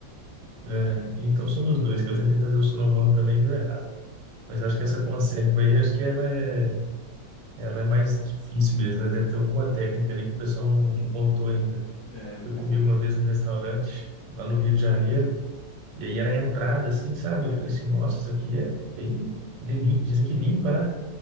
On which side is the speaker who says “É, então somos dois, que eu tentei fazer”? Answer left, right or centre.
Right